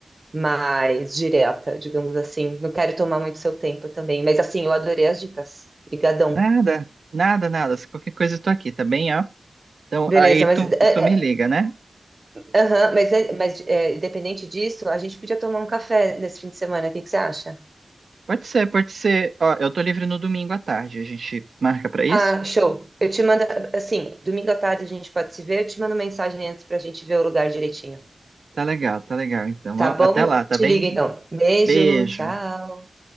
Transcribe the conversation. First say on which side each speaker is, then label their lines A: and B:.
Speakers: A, on the right; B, on the right.
A: mais direta, digamos assim. Não quero tomar muito seu tempo também, mas assim, eu adorei as dicas. Obrigadão.
B: nada, nada, nada. Se qualquer coisa eu tô aqui, tá bem, ó? Então
A: Beleza,
B: aí tu,
A: mas é,
B: tu me
A: é,
B: liga, né?
A: Aham, mas, é- mas é, independente disso, a gente podia tomar um café nesse fim de semana, o que que você acha?
B: Pode ser, pode ser. Ó, eu tô livre no domingo à tarde, a gente marca pra isso?
A: Ah, show. Eu te mando, assim, domingo à tarde a gente pode se ver, eu te mando mensagem antes pra gente ver o lugar direitinho.
B: Tá legal, tá legal. Então,
A: Tá
B: ó,
A: bom?
B: até lá, tá
A: Te
B: bem?
A: ligo então. Beijo,
B: beijo
A: tchau.